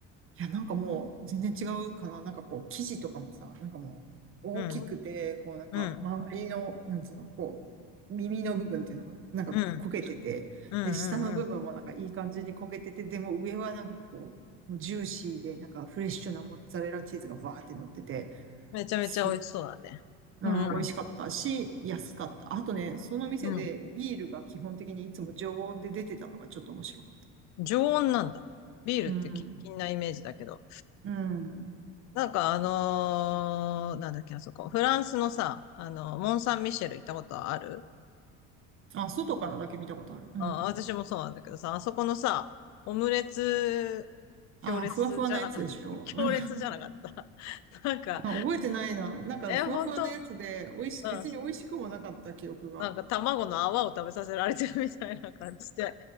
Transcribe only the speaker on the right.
いや、なんかもう全然違うかな。なんかこう、生地とかもさ、なんかもう大きくて、
こうなんか周りの、
なんつうの、こう、耳の部分っていうのが、なんかこう焦げてて、
で、下の部分もなんかいい感じに焦げてて、
でも上はなんかこう、もうジューシーで、なんかフレッシュなモッツァレラチーズがバーって乗ってて、
すうん、
美味しかったし、安かった。あとね、その店でビールが基本的にいつも常温で出てたのがちょっと面白かった。
うん。うん。
あ、外からだけ見たことある。うん。
あ、
ふわふわなやつでしょ。
うん。
あ覚えてないな。なんか、
ふわふわなやつで、
美味し、別に美味しくもなかった記憶が。